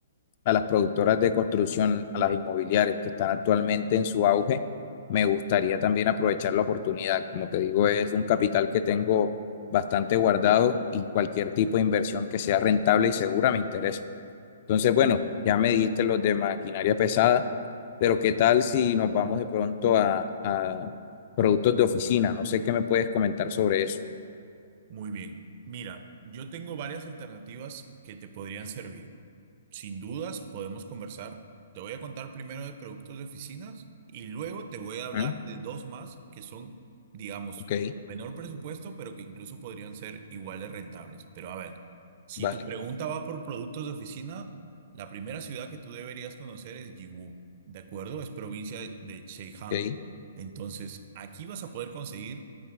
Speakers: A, on the left; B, on the right.
A: a las productoras de construcción, a las inmobiliarias que están actualmente en su auge, me gustaría también aprovechar la oportunidad. Como te digo, es un capital que tengo bastante guardado y cualquier tipo de inversión que sea rentable y segura me interesa. Entonces, bueno, ya me dijiste los de maquinaria pesada. Pero ¿qué tal si nos vamos de pronto a, a productos de oficina? No sé qué me puedes comentar sobre eso.
B: Muy bien. Mira, yo tengo varias alternativas que te podrían servir. Sin dudas, podemos conversar. Te voy a contar primero de productos de oficinas y luego te voy a hablar
A: ¿Mm?
B: de dos más que son, digamos,
A: Ok,
B: con menor presupuesto, pero que incluso podrían ser igual de rentables. Pero a ver, si
A: vale,
B: tu pregunta va por productos de oficina, la primera ciudad que tú deberías conocer es Yiwu, ¿de acuerdo? Es provincia de Zhejiang.
A: ok,
B: Entonces, aquí vas a poder conseguir